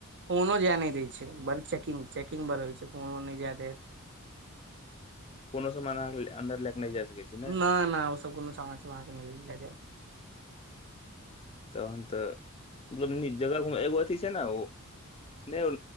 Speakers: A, on the right; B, on the left.
A: फोनो जाय नहि द छै बड़ चेकिंग चेकिंग बड़ होइ छै फोनो नहि जाय देत
B: कोनो समान आँहा अन्दर लैक नहि जाइ सकै छी ने
A: नय न उ सब कोनो समान सब आहाँ के नय
B: तहन तो बड़ निक जगह घूमय जाय एगो अथी छै ने ओ नहि ओ